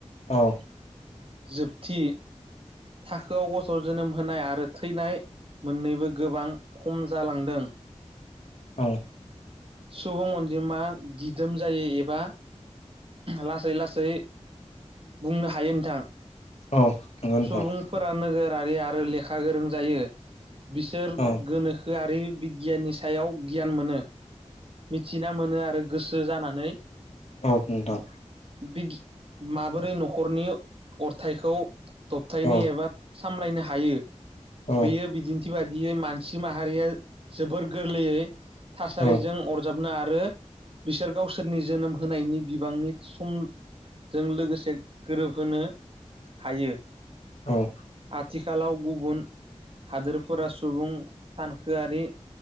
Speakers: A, on the left; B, on the right.
A: औ
B: जोबथि थाखोआव गथ' जोनोम होनाय आरो थैनाय मोननैबो गोबां खम जालांदों
A: औ
B: सुबुं अनजिमा दिदोम जायो एबा लासै लासै बुंनो हायो नोंथां
A: औ नंगौ नोंथां
B: सुबुंफोरा नोगोर आरो लेखा गोरों जायो बिसोर
A: औ
B: गोनोखो गोनोखोआरि बिगियाननि सायाव गियान मोनो मिथिना मोनो आरो गोसो जानानै
A: औनोंथां
B: बि माबोरै न'खरनि अरथाइखौ दबथायनो
A: औ
B: एबा सामलायनो हायो
A: औ
B: बेयो बिदिन्थि बाय दियै मानसि माहारिया जोबोर गोरलैयै थासारिजों
A: औ
B: अरजाब ना आरो बिसोर गावसोरनि जोनोम होनायनि बिबांनि सम जों लोगोसे गोरोबहोनो हायो।
A: औ
B: आथिखालाव गुबुन हादोरफोरा सुबुं सानखोआरि